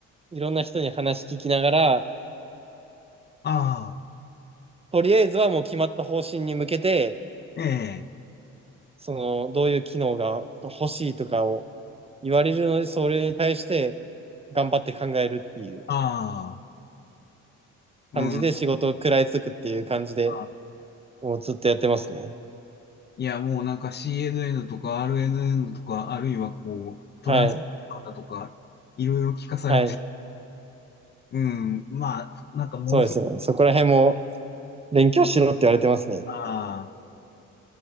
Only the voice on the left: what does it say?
あ
あ、ええ、
ああ、うん。
あ
いや、もうなんか CNN とか RNN とか、あるいはこう、トランスとかだとか、
いろいろ聞かされて、
うん、まあ、なんかものすごく、
ああ、